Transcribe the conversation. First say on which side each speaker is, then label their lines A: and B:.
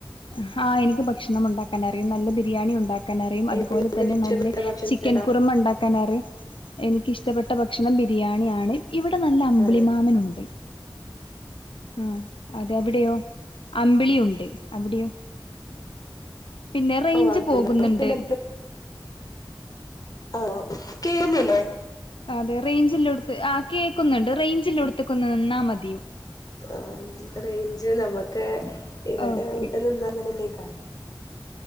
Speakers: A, on the left (about 85°); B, on the left (about 45°).
A: ഹാ എനിക്ക് ഭക്ഷണം ഉണ്ടാക്കാൻ അറിയും നല്ല ബിരിയാണി ഉണ്ടാ ക്കനറിയും അതുപോലെ
B: നിങ്ങൾക്ക്
A: തന്നെ
B: ഏറ്റവും ഇഷ്ടപ്പെട്ട
A: നല്ല
B: ഭക്ഷണം
A: ചിക്കൻ
B: ഏതാ
A: കുർമ ഉണ്ടാക്കാനറി എനിക്കിഷ്ടപ്പെട്ട ഭക്ഷണം ബിരിയാണിയാണ് ഇവിടെ നല്ല അമ്പിളി
B: ആണ്
A: മാമനുണ്ട് ആഹ് അതെവിടെയോ അമ്പിളിയുണ്ട് അവിടെയോ പിന്നെ റേഞ്ച്
B: ഓ അവിടുന്നാണ്
A: പോകുന്നുണ്ട്
B: പിന്നെ ഓഹ് കേറുന്നില്ലേ
A: അതെ റെയ്ഞ്ചില്ലോട്ത്ത് ആഹ് കേക്കുന്നുണ്ട് റേഞ്ചില്ലോട്ത്ത് ക്കൊന്ന് നിന്നാ മതി
B: ആഹ് റേഞ്ച് നമ്മുക്ക് ഇവിടെ
A: ഓക്കെ
B: വിടെ നിന്ന അങ്ങനെക്കറും